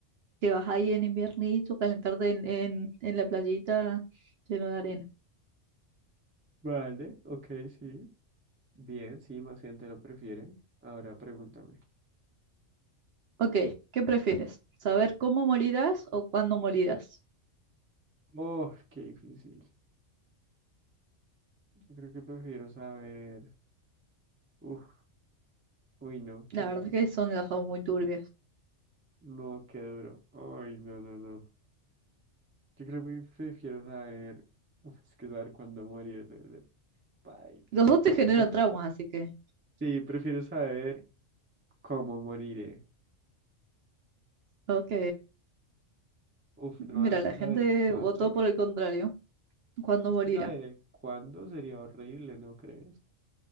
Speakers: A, on the right; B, on the right.
A: te vas ahí en inviernito, calentarte en, en, en la playita lleno de arena.
B: vale, ok, sí. Bien, sí, más gente lo prefiere. Ahora pregúntame.
A: Ok, ¿qué prefieres? ¿Saber cómo morirás o cuándo morirás?
B: Oh, qué difícil. Yo creo que prefiero saber. Uf, uy, no,
A: La
B: qué duro.
A: verdad es que son las dos muy turbias.
B: No, qué duro. Ay, no, no, no. Yo creo que prefiero saber. <laughs> Uf, Es que saber cuándo morir. Paila.
A: Los dos te generan
B: No,
A: traumas, así que...
B: sí, prefiero saber cómo moriré.
A: Ok,
B: Uf, no,
A: mira,
B: es que
A: la
B: saber
A: gente
B: el cuándo,
A: votó por el contrario. ¿Cuándo
B: es
A: morirá?
B: que saber el cuándo sería horrible, ¿no crees?